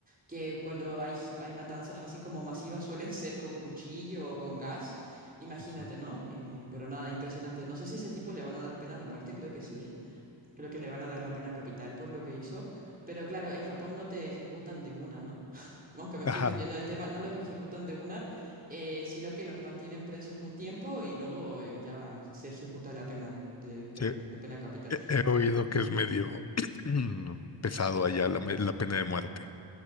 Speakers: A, on the right; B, on the left.
A: que cuando hay, hay matanzas así como masivas suelen ser con cuchillo o con gas. Imagínate,
B: Ujú.
A: ¿no? Eh, pero nada, impresionante. No sé si a ese tipo le van a dar pena de muerte, creo que sí. Creo que le van a dar la pena capital por lo que hizo. Pero claro, en Japón no te ejecutan de una, ¿no? <laughs> Aunque me estoy
B: Ajá.
A: desviando del tema, no los ejecutan de una, eh, sino que los mantienen presos un tiempo y luego eh, ya se ejecuta la pena de, la
B: Sí.
A: pena de pena capital.
B: He, he oído que es medio <clears throat> pesado allá la, me- la pena de muerte.